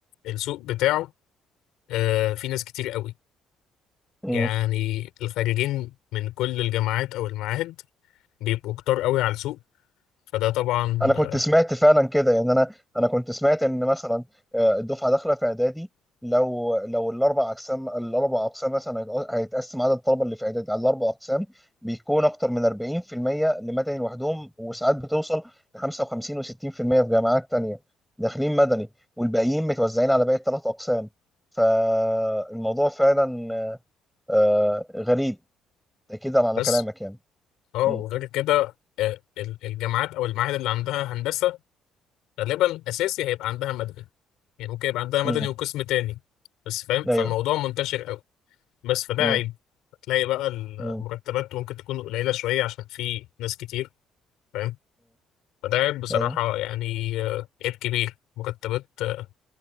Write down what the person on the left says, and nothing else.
السوق بتاعه آه، في ناس كتير قوي
يعني الخارجين من كل الجامعات أو المعاهد بيبقوا كتار قوي على السوق فده طبعا
آه،
بس
اه
وغير كده آه، ال- الجامعات أو المعاهد اللي عندها هندسة غالبا اساسي هيبقى عندها مدني يعني ممكن يبقى عندها مدني
وقسم تاني بس فاهم فالموضوع
منتشر قوي بس فده
عيب هتلاقي بقى المرتبات
ممكن تكون قليلة شوية عشان في ناس كتير فاهم فده عيب بصراحة
يعني آه، عيب كبير مرتبات آه،